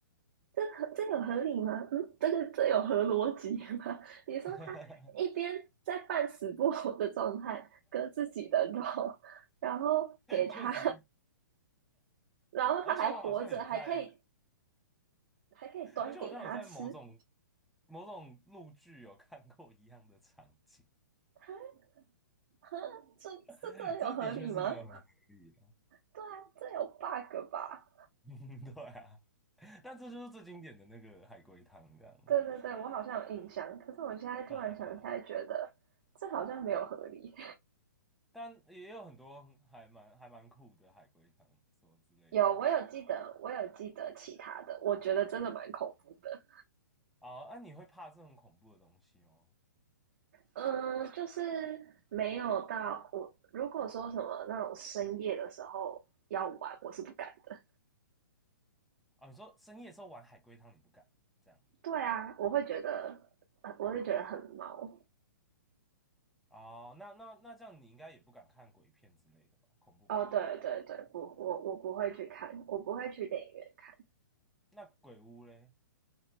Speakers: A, on the right; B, in the centre.
A: 这合这有合理吗？嗯，这个这有合逻辑吗？<laughs> 你说他一边在半死不活的状态割自己的肉，
B: <laughs>
A: 然后给他，
B: 确实，
A: <laughs> 然后他还活着，
B: 而且我好像有在，
A: 还可以还可以端给他吃，
B: 而且我好像有在某种某种陆剧有看过一样的场景，
A: 他呵，这这这有合理吗？
B: <laughs> 这的确是没有很合理
A: 对啊，这有 bug 吧？
B: <laughs> 嗯，对啊，但这就是最经典的那个海龟汤这样，
A: 对对对，我好像有印象，可是我现在突然想起来，
B: 对啊对啊，
A: 觉得这好像没有合理。
B: 但也有很多还蛮还蛮酷的海龟汤什么之类的
A: 有，我有记得，我有记得其他的，我觉得真的蛮恐怖的。
B: 哦啊，那你会怕这种恐怖的东西哦？
A: 嗯，就是没有到我，如果说什么那种深夜的时候要玩，我是不敢的。
B: 啊，你说深夜的时候玩海龟汤你不敢这样
A: 对啊，我会觉得，呃我会觉得很毛。
B: 哦？那那那这样你应该也不敢看鬼片之类的吧？恐怖片？
A: 哦，对对对，不，我我不会去看，我不会去电影院看。
B: 那鬼屋嘞？